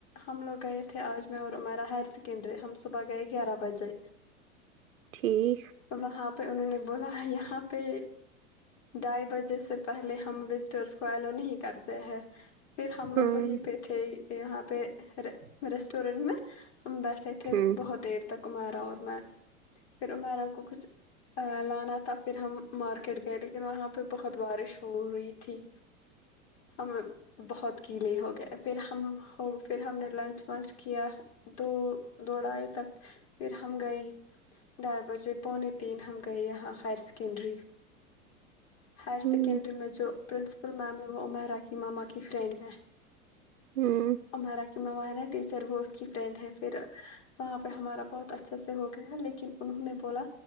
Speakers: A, on the left; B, on the right.
A: ہم لوگ گئے تھے آج میں اور ہمارا ہائر سیکنڈری ہم صبح گئے گیارہ بجے
B: ٹھیک
A: وہاں پہ انہوں نے بولا یہاں پہ ڈھائی بجے سے پہلے ہم وزٹرس کو ایلو نہیں کرتے ہیں پھر ہم لوگ
B: ہوں
A: وہیں پہ تھے یہاں پہ ریسٹورینٹ میں ہم بیٹھے تھے
B: ہوں
A: بہت دیر تک عمیرا اور میں پھر امیرا کو کچھ لانا تھا پھر ہم مارکیٹ گئے لیکن وہاں پہ بہت بارش ہو رہی تھی ہم بہت گیلے ہو گئے پھر ہم پھر ہم نے لنچ ونچ کیا دو دوڑائے تک پھر ہم گئے ڈائی بجے پونے تین ہم گئے یہاں ہائر سکنڈری ہائر
B: ہوں
A: سیکنڈری میں جو پرنسپل میم ہے م راک کی مما <inaudible> کی فرینڈ ہے
B: ہوں
A: ہمارا کہماں مہاراج <unintelligible> ٹیچر وہ اس کی فرینڈ ہے پھر وہاں پہ ہمارا بہت اچھے سے ہو گیا لیکن انہوں نے بولا